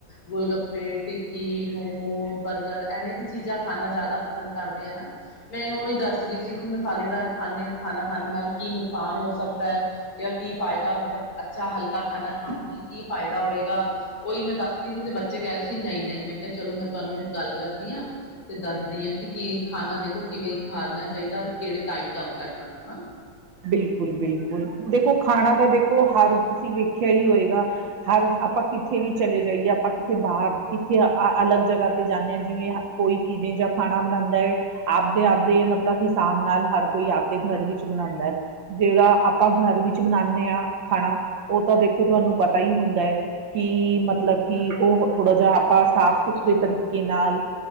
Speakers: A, on the left; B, on the right.
A: ਗੋਲ-ਗੱਪੇ ਟਿੱਕੀ, ਮੋਮੋ, ਬਰਗਰ ਐਵੇਂ ਦੀ ਚੀਜ਼ਾਂ ਖਾਣਾ ਜ਼ਿਆਦਾ ਪਸੰਦ ਕਰਦੇ ਆ ਨਾ। ਮੈਂ ਉਹੀ ਦੱਸ ਰਹੀ ਸੀ ਕਿ ਮਸਾਲੇਦਾਰ ਖਾਨੇ ਖਾਣਾ ਖਾਣੇ ਨਾਲ ਨੁਕਸਾਨ ਹੋ ਸਕਦਾ ਐ। ਜਾਂ ਕੀ ਫਾਇਦਾ ਮਤਲਬ ਅੱਛਾ ਹਲਕਾ ਖਾਨਾ ਖਾਣ ਨਾਲ ਕੀ ਫਾਇਦਾ ਹੋਏਗਾ, ਉਹੀ ਮੈਂ ਦੱਸ <unintelligible> ਬੱਚੇ ਕਹਿ ਰਹੇ ਸੀ ਨਹੀਂ-ਨਹੀਂ ਮੈਂ ਕਿਹਾ ਚਲੋ। ਮੈਂ ਤੁਹਾਨੂੰ ਗੱਲ ਕਰਦੀ ਆ। ਦੱਸਦੀ ਆ, ਕੇ ਕੀ ਖਾਣਾ ਦੇਖੋ ਕਿਵੇਂ ਖਾਣਾ ਚਾਈਦਾ, ਔਰ ਕਿਹੜੇ ਟਾਈਪ ਦਾ ਹੁੰਦਾ‌ ਖਾਣਾ ਨਾ
B: ਬਿਲਕੁਲ-ਬਿਲਕੁਲ ਦੇਖੋ ਖਾਣਾ ਦਾ ਦੇਖੋ ਹਰ ਤੁਸੀਂ ਵੇਖਿਆ ਈ ਹੋਏਗਾ। ਹਰ ਆਪਾਂ ਕਿੱਥੇ ਵੀ ਚਲੇ ਜਾਈਏ, ਆਪਾਂ ਕਿੱਥੇ ਬਾਹਰ ਕਿੱਥੇ ਅਲੱਗ ਜਗਾ ਤੇ ਜਾਂਨੇ ਆ ਜਿਵੇਂ ਆ ਕੋਈ ਕਿਦੇ ਜਾਂ ਖਾਣਾ ਬਣਾਂਦਾ ਐ। ਆਪਦੇ-ਆਪਦੇ ਮਤਲਬ ਹਿਸਾਬ ਨਾਲ ਹਰ ਕੋਈ ਆਪਦੇ ਗਰ ਵਿੱਚ ਬਣਾਂਦਾ ਐ। ਜਿਹੜਾ ਆਪਾਂ ਗਰ ਵਿੱਚ ਬਨਾਂਨੇ ਆ ਖਾਣਾ, ਉਹ ਤਾਂ ਦੇਖੋ ਤੁਹਾਨੂੰ ਪਤਾ ਈ ਹੁੰਦਾ ਏ। ਕੀ ਮਤਲਬ ਕੀ ਉਹ ਥੋੜਾ ਜਾਂ ਆਪਾਂ ਸਾਫ਼-ਸੁਥਰੇ ਤਰੀਕੇ ਨਾਲ,